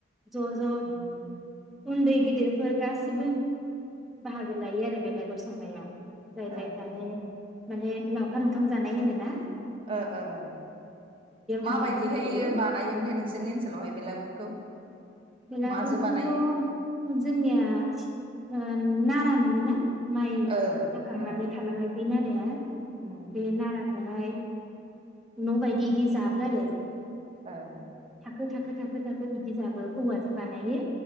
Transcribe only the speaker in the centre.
ज' ज'
उन्दै गेदेरफोर गासिबो बाहागो लायो आरो बेलागुर सावनायाव जाय
जायफ्रानो माने लावखार ओंखाम जानाय होनो ना
थांनानैसो
जायो
बेलागुरखौथ'
जोंनिया ओ ना रा मोनो ना माइ
हाखांनानै
थालांनाय बै नाराया
बे नारा बहाय न' बायदि इदि जाबो आरो
थाखो थाखो थाखो थाखो बिदि जाबो औवाजों बानायो